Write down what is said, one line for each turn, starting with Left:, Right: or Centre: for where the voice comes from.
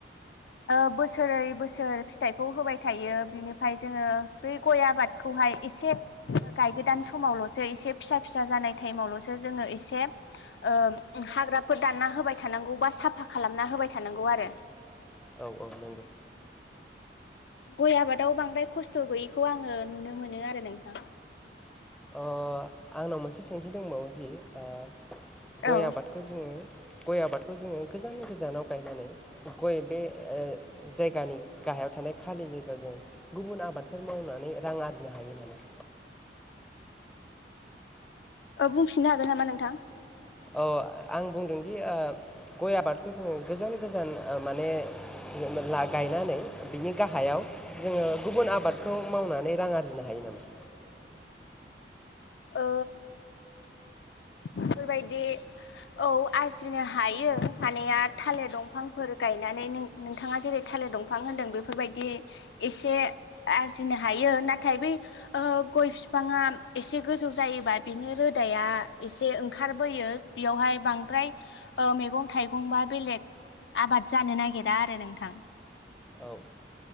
Left: ओ बोसोरै बोसोर फिथाइखौ होबाय थायो बिनिफ्राय जोङो ब गय आबादखौहाय एसे गायगोदान समावल' सो एसे फिसा फिसा जानाय टाइमावल'स जोङो एसे ओ हाग्राफोर दानना होबाय थानांगौ बा साफा खालामना होबाय थानांगौ आरो।
Centre: औ औ नंगौ।
Left: गय आबादाव बांद्राय खस्थ' गैयिखौ आङो नुनो मोनो आरो नोंथां।
Centre: अ आंनाव मोनसे सोंथि दंबावोदि ओ गय
Left: औ
Centre: आबादखौ जोङो गय आबादखौ जोङो गोजान गोजानाव गायनानै गय बे जायगानि गाहायाव थानाय खालि जायगायाव जों गुबुन आबादफोर मावनानै रां आरजिनो हायो नामा
Left: औ बुंफिननो हागोन नामा नोंथां
Centre: अ आं बुंदोंदि ओ गय आबादखौ जोङो गोजोन गोजान माने ला गायनानै बिनि गाहायाव जोङो गुबुन आबादखौ मावनानै रां आरजिनो हायो नामा?
Left: ओ बेफोरबायदि औ आरजिनो हायो हानाया थालिर दंफांफोर गायनानै नों नोंथाङा जेरै थालिर दंफां होन्दों बेफोरबायदि एसे आरजिनो हायो। नाथाय बै ओ गय बिफाङा एसे गोजौ जायोबा बिनि रोदाया एसे ओं खारबोयो बेयावहाय बांद्राय ओ मैगं थाइगं बा बेलेग आबाद जानो नागिरा आरो नोंथां।
Centre: औ ओ